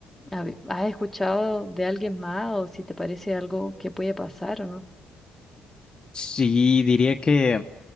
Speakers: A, in the centre; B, on the left (about 30°).
A: ¿Hab- ¿Has escuchado de alguien más o si te parece algo que puede pasar o no?
B: Sí, diría que,